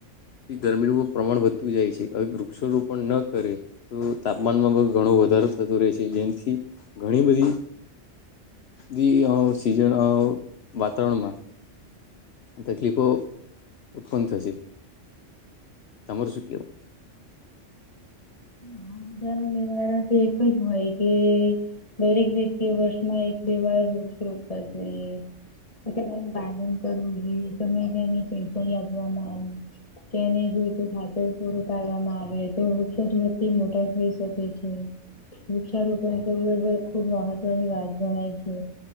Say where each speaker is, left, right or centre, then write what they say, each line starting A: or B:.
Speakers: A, on the left; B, on the left.
A: ગરમીનુંર પ્રમાણ વધતું જાય છે હવે વૃક્ષારોપણ ન કરે તો તાપમાનમાં પણ ઘણો વધારો થતો રહે છે જેમથી ઘણી બધી બી સીઝન વાતાવરણમાં તકલીફો ઉત્પન્ન થશે તમાર શું કેવું?
B: આ બધા નુ નિવારણ તો એક જ હોય કે દરેક વ્યક્તિએ વર્ષમાં એક બે વાર વૃક્ષ રોપવા જોઈએ તો પાલન કરવું જોઈએ સમય તેને આપવામાં આવે તેની જોતું ખાતર પૂરું પાડવામાં આવે. તે વૃક્ષ વતિ મોટા થઈ શકે છે. વૃક્ષારોપણ કરવું એ ખુબ મહત્વની વાત જણાય છે.